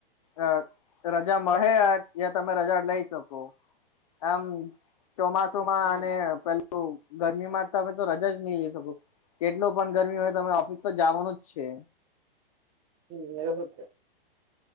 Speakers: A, on the left; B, on the right.
A: અ રજા મળે ત્યાં તમે રજા લઈ શકો. આમ ચોમાસુમાં
B: હમ્મ
A: અને પેલું ગરમીમાં તમે તો રજા જ નહી શકો કેટલો પણ ગરમી હોય તમે ઓફિસ તો જાવાનું જ છે
B: હમ્મ એવું જ છે.